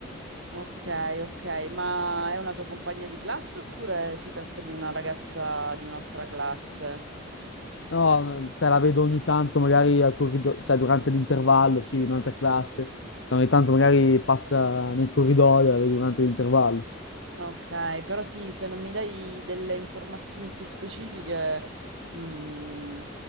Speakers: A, on the right; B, on the left.
A: Ok, ok, ma è una tua compagna di classe oppure si tratta di una ragazza di un'altra classe?
B: No, cioè, la vedo ogni tanto magari al corrido- cioè, durante l'intervallo, sì, durante classe, cioè, ogni tanto magari passa nel corridoio, la vedo durante l'intervallo.
A: Ok, però sì, se non mi dai delle informazioni più specifiche, mm,